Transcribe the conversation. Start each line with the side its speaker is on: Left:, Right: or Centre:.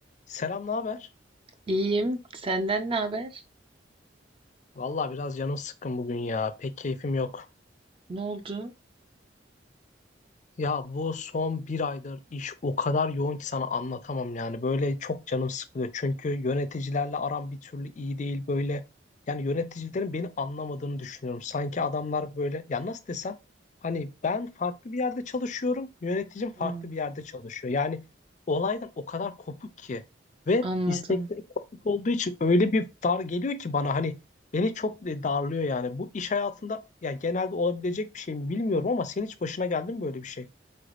Left: Selam, ne haber?
Right: İyiyim. Senden ne haber?
Left: Vallahi biraz canım sıkkın bugün ya. Pek keyfim yok.
Right: Ne oldu?
Left: Ya bu son bir aydır iş o kadar yoğun ki sana anlatamam yani. Böyle çok canım sıkılıyor. Çünkü yöneticilerle aram bir türlü iyi değil böyle. Yani yöneticilerin beni anlamadığını düşünüyorum. Sanki adamlar böyle ya nasıl desem hani ben farklı bir yerde çalışıyorum. Yöneticim farklı
Right: Hmm,
Left: bir yerde çalışıyor. Yani olaydan o kadar kopuk ki ve
Right: anladım.
Left: istekleri kopuk olduğu için öyle bir dar geliyor ki bana hani beni çok e, darlıyor yani. Bu iş hayatında ya genelde olabilecek bir şey mi bilmiyorum ama senin hiç başına geldi mi böyle bir şey?